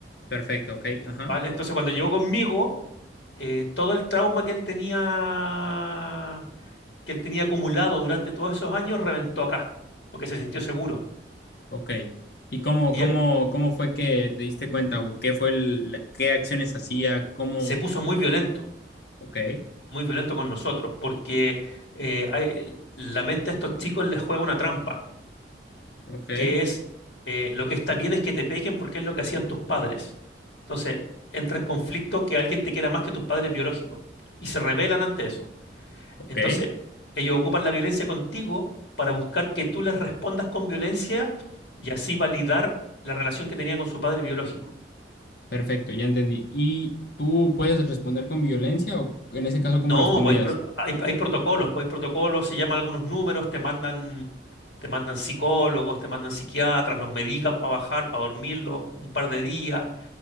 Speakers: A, on the left (about 60°); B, on the left (about 80°).
A: perfecto, ok, ajá.
B: ¿vale? Entonces cuando llegó conmigo, eh, todo el trauma que él tenía, que él tenía acumulado durante todos esos años reventó acá, porque se sintió seguro.
A: Ok. ¿Y cómo,
B: Y
A: cómo,
B: eh,
A: cómo fue que te diste cuenta? ¿O qué fue el, la- qué acciones hacía? ¿Cómo?
B: se puso muy violento,
A: Ok,
B: muy violento con nosotros, porque eh, hay- la mente a estos chicos les juega una trampa.
A: ok,
B: que es eh, lo que está bien es que te peguen porque es lo que hacían tus padres. Entonces, entra en conflicto que alguien te quiera más que tus padres biológicos y se rebelan ante eso.
A: ok.
B: Entonces, ellos ocupan la violencia contigo para buscar que tú les respondas con violencia y así validar la relación que tenía con su padre biológico.
A: Perfecto, ya entendí. ¿Y tú puedes responder con violencia o en ese caso cómo
B: No,
A: respondías?
B: pues hay, pro- hay- hay protocolos, pues hay protocolos, se llaman algunos números, te mandan, te mandan psicólogos, te mandan psiquiatras, los medican para bajar, para dormirlos un par de días.